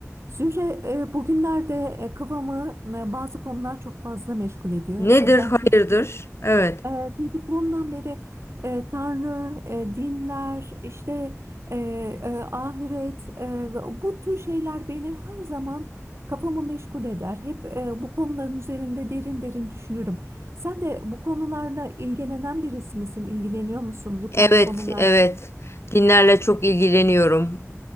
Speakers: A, on the right (about 55°); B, on the left (about 55°).
A: Zühre, e, bugünlerde e, kafamı e, bazı konular çok fazla meşgul ediyor.
B: Nedir
A: E, Ben
B: hayırdır?
A: çocuk,
B: Evet.
A: e, çocukluğumdan beri e, Tanrı, e, dinler, işte e, e, ahiret, e, bu tür şeyler beni her zaman kafamı meşgul eder. Hep e, bu konuların üzerinde derin derin düşünürüm. Sen de bu konularla ilgilenen birisi misin? İlgileniyor musun bu
B: Evet,
A: tarz konular?
B: evet. Dinlerle çok
A: Evet,
B: ilgileniyorum.